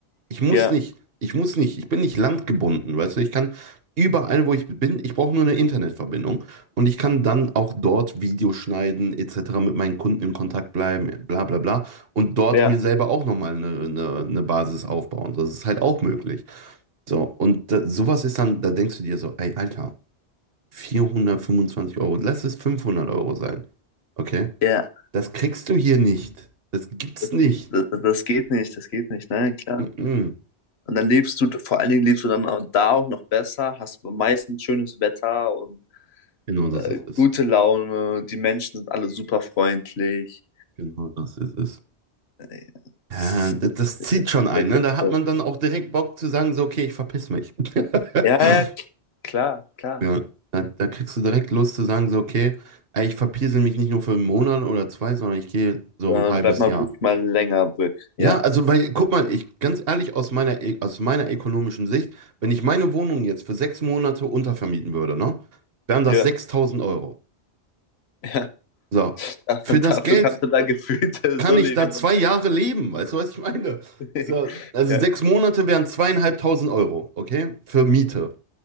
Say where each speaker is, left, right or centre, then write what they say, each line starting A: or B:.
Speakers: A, on the right; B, on the left.
A: Ich muss
B: ja,
A: nicht, ich muss nicht, ich bin nicht landgebunden, weißt du, ich kann überall, wo ich bin, ich brauche nur eine Internetverbindung und ich kann dann auch dort Videos schneiden, etc., mit meinen Kunden in Kontakt bleiben, bla bla bla und dort
B: ja,
A: mir selber auch nochmal eine, eine, eine Basis aufbauen. Das ist halt auch möglich. So, und da, sowas ist dann, da denkst du dir so, ey, Alter, 425 Euro, lass es 500 Euro sein. Okay?
B: ja,
A: Das kriegst du hier nicht. Das gibt's
B: das,
A: nicht.
B: das, das geht nicht, das geht nicht, nein, klar.
A: Mm-mm.
B: Und dann lebst du, vor allen Dingen lebst du dann auch da auch noch besser, hast meistens schönes Wetter und
A: Genau das
B: äh,
A: ist es.
B: gute Laune, die Menschen sind alle super freundlich.
A: Genau, das ist es.
B: Äh, ja, das
A: Ja, das,
B: ist
A: das zieht schon ein,
B: der Jackpot.
A: ne? Da hat man dann auch direkt Bock zu sagen, so, okay, ich verpiss mich. <laughs>
B: Ja, ja, k- klar, klar.
A: Ja, da, da kriegst du direkt Lust zu sagen, so, okay, ey, ich verpiesel mich nicht nur für einen Monat oder zwei, sondern ich gehe so
B: Äh,
A: ein halbes
B: bleibt man
A: Jahr.
B: wirklich mal länger weg.
A: Ja,
B: Ja.
A: also, weil, guck mal, ich, ganz ehrlich, aus meiner, e- aus meiner ökonomischen Sicht, wenn ich meine Wohnung jetzt für sechs Monate untervermieten würde, ne, wären das
B: Ja,
A: 6000 Euro.
B: ja.
A: So.
B: <laughs>
A: Für das
B: Dafür
A: Geld
B: kannst du da gefühlt äh,
A: kann
B: <laughs> so
A: ich
B: leben.
A: da zwei
B: und-
A: Jahre leben? Weißt du, was ich meine?
B: <laughs>
A: So, also
B: Ja,
A: sechs Monate wären zweieinhalbtausend Euro, okay? Für Miete,